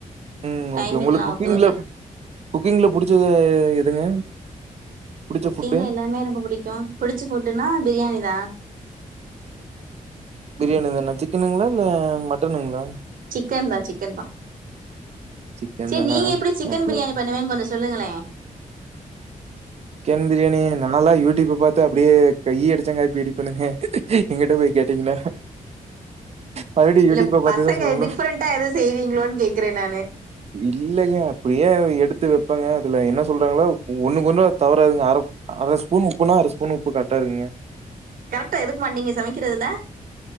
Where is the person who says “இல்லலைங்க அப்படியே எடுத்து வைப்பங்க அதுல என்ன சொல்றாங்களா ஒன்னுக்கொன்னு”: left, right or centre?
Right